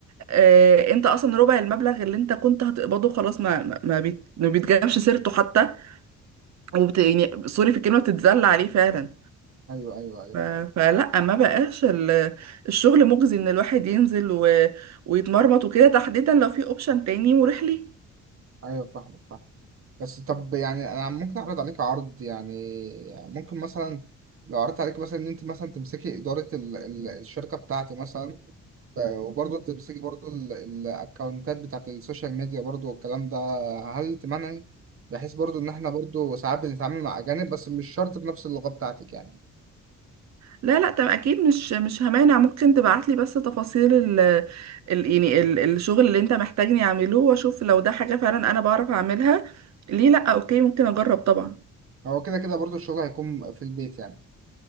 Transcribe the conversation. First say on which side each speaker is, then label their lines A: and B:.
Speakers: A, on the right (about 60°); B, on the right (about 45°).
A: آه، انت اصلا ربع المبلغ اللي انت كنت هتقبضه خلاص ما ما ما بيت- ما بيتجابش سيرته حتى وبت يعني سوري في الكلمة بتتذل عليه فعلا
B: ايوه ايوه ايوه
A: ف- فلا ما بقاش ال- الشغل مجزي ان الواحد ينزل و- ويتمرمط وكده تحديدا لو في اوبشن تاني مريح ليه
B: ايوه فاهمك فاهم بس طب يعني انا ممكن اعرض عليك عرض يعني ممكن مثلا لو عرضت عليك مثلا ان انت مثلا تمسكي اداره ال- ال- الشركه بتاعتي مثلا وبرضه بتمسكي برضه ال- الاكونتات بتاعت السوشيال ميديا برضه والكلام ده هل تمنعي بحيث برضه ان احنا برضه ساعات بنتعامل مع اجانب بس مش شرط بنفس اللغة بتاعتك يعني
A: لا لا طب اكيد مش مش همانع ممكن تبعتلي بس تفاصيل ال ال يعني ال الشغل اللي انت محتاجني اعمله واشوف لو ده حاجة فعلا انا بعرف اعملها ليه لا اوكي ممكن اجرب طبعا
B: هو كده كده برضه الشغل هيكون في البيت يعني